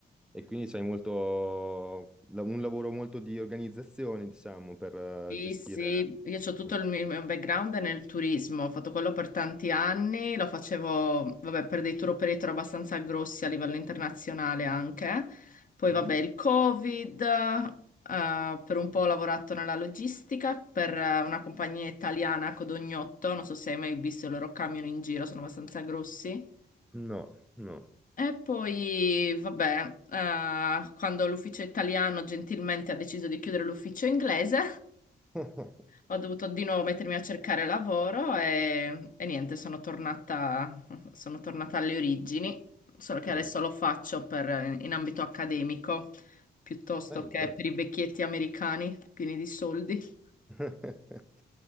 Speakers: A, in the centre; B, on the left.
A: E quindi c'hai molto, la- un lavoro molto di organizzazione, diciamo, per eh,
B: Sì,
A: gestire...
B: sì, io ho tutto
A: Mm.
B: il mio mio background nel turismo, ho fatto quello per tanti anni, lo facevo, vabbè, per dei tour operator abbastanza grossi a livello internazionale anche. Poi,
A: Mhm.
B: vabbè, il Covid, eh, per un po' ho lavorato nella logistica per eh, una compagnia italiana, Codognotto, non so se hai mai visto i loro camion in giro, sono abbastanza grossi.
A: No, no.
B: E poi, vabbè, eh, quando l'ufficio italiano gentilmente ha deciso di chiudere l'ufficio inglese,
A: <laughs>
B: ho dovuto di nuovo mettermi a cercare lavoro e, e niente, sono tornata, sono tornata alle origini, solo che
A: Eh,
B: adesso lo faccio per- in ambito accademico piuttosto
A: bello,
B: che
A: bello.
B: per i vecchietti americani pieni di soldi.
A: <laughs>